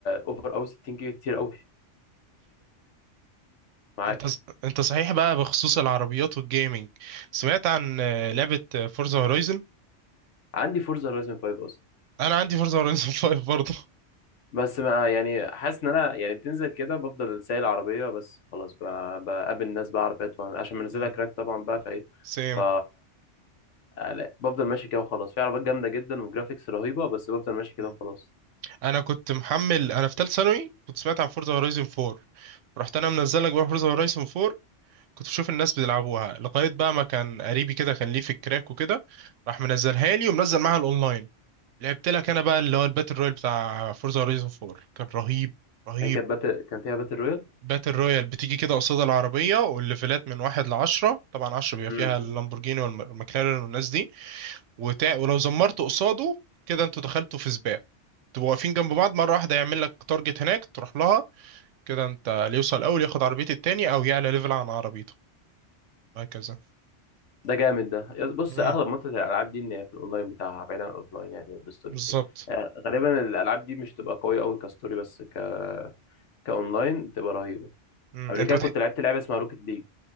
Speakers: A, on the left; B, on the right.
A: اوفر او 60 جيجا كتير قوي معاك
B: انت انت صحيح بقى بخصوص العربيات والجيمنج سمعت عن آه، لعبة فورزا هورايزن
A: عندي فورزا هورايزن 5 اصلا
B: انا عندي فورزا هورايزن <laughs> 5 برضه
A: بس ما يعني حاسس ان انا يعني بتنزل كده بفضل سايق العربيه بس خلاص ب- بقابل الناس بقى عربيات وهم- عشان منزلها
B: مم،
A: كراك طبعا بقى فايه
B: سيم
A: ف لا، بفضل ماشي كده وخلاص في عربيات جامده جدا وجرافيكس رهيبه بس بفضل ماشي كده
B: مم.
A: وخلاص
B: انا كنت محمل انا في ثالث ثانوي كنت سمعت عن فورزا هورايزن 4 رحت انا منزل لك بقى فورزا هورايزن 4 كنت بشوف الناس بيلعبوها لغاية بقى ما كان قريبي كده كان ليه في الكراك وكده راح منزلها لي ومنزل معاها الاونلاين لعبت لك انا بقى اللي هو الباتل رويال بتاع فورزا هورايزون 4 كان رهيب رهيب
A: هي كانت بات... كان فيها باتل رويال
B: باتل رويال بتيجي كده قصاد العربية والليفلات من واحد لعشرة طبعا عشرة بيبقى
A: امم
B: فيها اللامبورجيني والمكلارين والناس دي وتا... ولو زمرت قصاده كده انتوا دخلتوا في سباق تبقوا واقفين جنب بعض مرة واحدة يعمل لك تارجت هناك تروح لها كده انت اللي يوصل الاول ياخد عربية التاني او يعلى ليفل عن عربيته هكذا
A: ده جامد ده بص
B: امم
A: اغلب منطقه الالعاب دي ان هي في الاونلاين بتاعها بعيد عن الاوفلاين يعني والستوري
B: بالظبط
A: وكده يعني غالبا الالعاب دي مش تبقى قويه قوي كستوري بس ك... كاونلاين تبقى رهيبه
B: مم.
A: قبل
B: انت
A: كده
B: بتح
A: كنت لعبت لعبه اسمها روكيت ليج